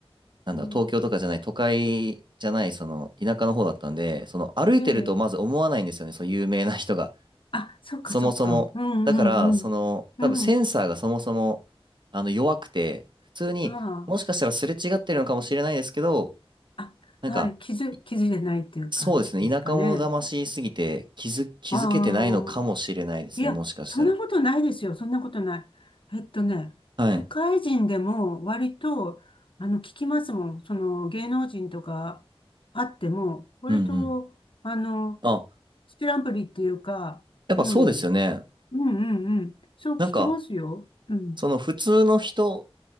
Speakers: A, on the right; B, on the left.
A: なんだろう、
B: うん。
A: 東京とかじゃない、都会じゃない、その、田舎の方だったんで、その、歩いてるとまず思わないんですよね、
B: ええ。
A: その有名な人が。
B: あ、そっかそっか。
A: そもそも。
B: うんうんうん。
A: だから、その、多分センサーがそもそも、
B: うん。
A: あの、弱くて、普通に、
B: あ
A: もしかしたらすれ違ってるのかもしれないですけど、
B: あ、
A: なんか、
B: あ、はい、気づ、
A: い
B: 気づいてないっていう感じですかね。
A: そうですね、田舎者魂すぎて、気づ、気づけてないのかもしれないですね、
B: ああ、いや、
A: もしかしたら。
B: そんなことないですよ。そんなことない。えっとね、
A: はい。
B: 都会人でも割と、あの、聞きますもん。その、芸能人とかあっても、割と、
A: うんうん。
B: あの、
A: あ、
B: ステランプリっていうか、
A: やっぱそうですよね。
B: うん、うん、うん、うん。そう聞きますよ。
A: なんか、
B: うん、
A: その普通の人